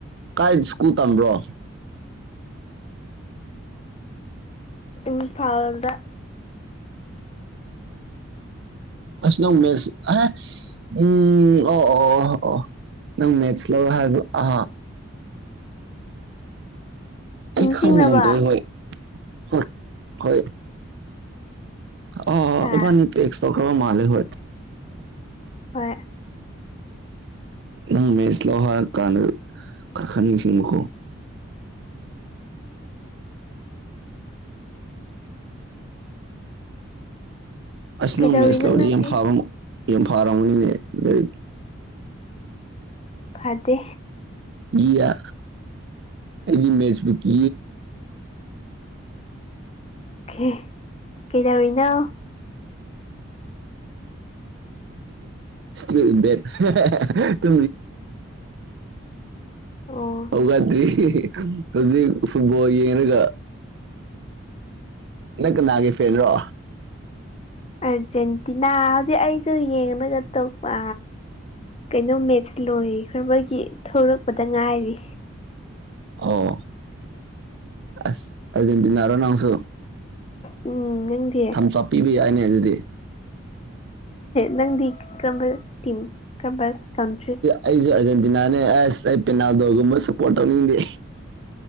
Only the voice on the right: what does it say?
ꯀꯥꯏ ꯁ꯭ꯀꯨꯜ ꯇꯝꯕ꯭ꯔꯣ
ꯁꯅꯃꯦꯦꯁ ꯑ ꯎꯝ ꯑꯣ ꯑꯣ ꯑꯣ ꯅꯝ ꯃꯦꯠꯆꯂ ꯍꯥꯏꯨ ꯑ ꯑꯩ
ꯈꯗ ꯍ ꯍ ꯍ ꯑ
ꯏꯃ ꯅꯇ ꯑꯦꯁꯇꯀ ꯃꯥꯜꯦ ꯍ
ꯅꯪ ꯃꯦꯁ ꯂꯣꯍꯥ ꯀꯥꯟꯅ ꯀꯥꯈ ꯅꯤꯡꯁꯤꯡꯕꯈꯣ ꯑꯁ
ꯅꯧ ꯃꯦꯠꯁ ꯂꯧꯧꯕꯔꯗꯐꯥꯕ
ꯌꯥꯝꯐꯥꯔꯕꯅꯤꯅꯦ ꯂꯩꯔꯤ
ꯏꯌꯥ ꯑꯩꯗꯤ ꯃꯦꯆꯕꯨ ꯀ
ꯁꯀꯤꯗ ꯇ
ꯍꯧꯒꯠꯇ꯭ꯔꯤ ꯍꯧꯖꯤꯛ ꯐꯨꯠꯕꯣꯜ ꯌꯦꯡꯉꯒ ꯅꯪ ꯀꯅꯥꯒꯤꯦ ꯐꯔꯣ
ꯑꯣ ꯑ ꯑꯔꯖꯦꯟꯦꯟꯇꯅꯔꯣ ꯅꯅꯥꯥꯎꯁꯨꯣ
ꯊꯝꯆꯥ ꯄꯤꯕ ꯌꯥꯏꯅꯦ ꯑꯗꯨꯗꯤ
ꯑꯩꯁꯨꯗ ꯅꯥꯅꯦ ꯑꯁ ꯑꯩ ꯄꯦꯅꯥꯗꯣꯒꯨꯝꯕ ꯁꯄꯣꯔꯠ ꯇꯧꯅꯤꯡꯗꯦ